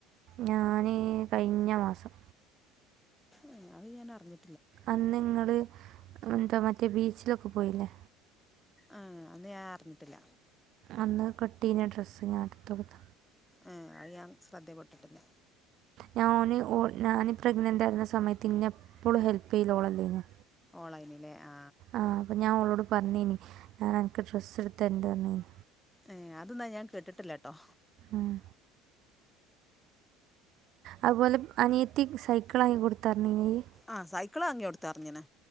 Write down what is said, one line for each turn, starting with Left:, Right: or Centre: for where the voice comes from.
Right: ഞാന് കഴിഞ്ഞ മാസം
Centre: അഹ് അത് ഞാൻ അറിഞ്
Right: അന്നിങ്ങള് എന്തോ മറ്റേ ബീച്ചിലൊക്കെ പോയില്ലേ
Centre: ആഹ് അന്ന് ഞാൻ അറിഞ്ഞിട്ടില്ല
Right: അന്ന് കട്ട് ചെയുന്ന ഡ്രസ്സ് ഞാൻ അടുത്ത് കൊടുത്ത
Centre: ആഹ് അത് ഞാൻ ശ്രെദ്ധെപ്പെട്ടിട്ടില്ല
Right: ഞ ഓന് ഓ ഞാന് പ്രഗ്നന്റായിരുന്ന സമയത്ത് ഇന്ന എപ്പോളും ഹെല്പ് ചെയ്യിലോളല്ലേയ്നൊ
Centre: ഓൺലൈനിലെ ആ
Right: ആഹ് അപ്പൊ ഞാൻ ഓളോട് പറഞ്ഞേനി ഞാൻ അനക്ക് ഡ്രസ് എടുത്തരണ്ട് പറഞേനി
Centre: ഏ അതന്നാ ഞാൻ കേട്ടിട്ടില്ല കേട്ടോ
Right: ആഹ് അതുപോലെ അനിയത്തി സൈക്കിളാക്കി കൊടുത്ത അറിഞ്ഞി നീയ്
Centre: ആഹ് സൈക്കിള് വാങ്ങി കൊടുത്ത അറിഞ്ഞിന്